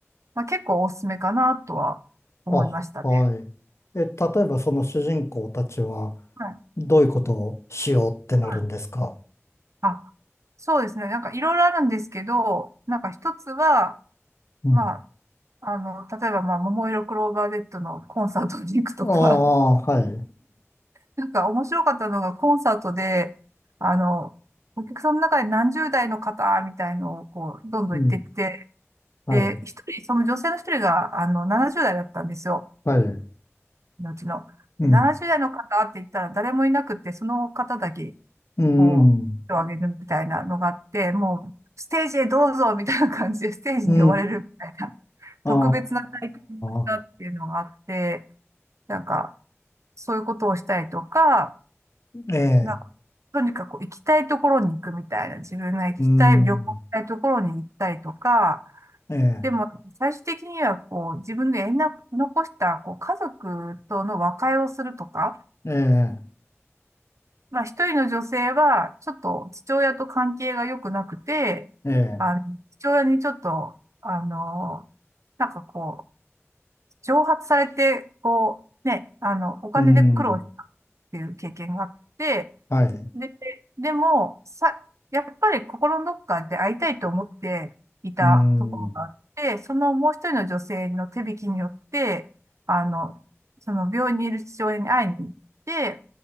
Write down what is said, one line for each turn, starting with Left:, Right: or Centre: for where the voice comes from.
Right: まあ、結構おすすめかなとは思いましたね。
Left: あ、はい。え、例えばその主人公たちは
Right: はい。
Left: どういうことをしようってなるんですか
Right: はいあ、そうですね。なんかいろいろあるんですけど、なんか一つは、
Left: うん。
Right: まあ、あの、例えば、まあ、桃色クローバー Z のコンサートに行くとか、
Left: ああ、はい。
Right: なんか面白かったのがコンサートで、あの、お客さんの中で何十代の方みたいのをこう、どんどん言ってきて、
Left: うん。はい。
Right: で、一人、その女性の一人が、あの、70代だったんですよ、
Left: はい。
Right: うちの。
Left: うん。
Right: で、70代の方って言ったら誰もいなくて、その方だけ、
Left: うん。
Right: こう、手を挙げるみたいなのがあって、もう、ステージへどうぞみたいな感じで、ステージに呼ばれるみたいな、
Left: うん。
Right: 特別な体験をしたっていうのがあって、
Left: ああ、
Right: なんか、そういうことをしたりとか、
Left: ええ。
Right: なんか、とにかく行きたいところに行くみたいな、自分が行きたい、
Left: うん。
Right: 旅行したいところに行ったりとか、
Left: ええ。
Right: でも最終的にはこう、自分で縁な残したこう家族との和解をするとか、
Left: ええ。
Right: まあ一人の女性はちょっと父親と関係が良くなくて、
Left: ええ。
Right: あの、父親にちょっと、あの、なんかこう、蒸発されて、こう、ね、あの、お金で苦労したっていう経験があって、
Left: うん。はい。
Right: で、でも、さ、やっぱり心のどこかで会いたいと思っていたところがあって、
Left: うん。
Right: そのもう一人の女性の手引きによって、あの、その病院にいる父親に会いに行って、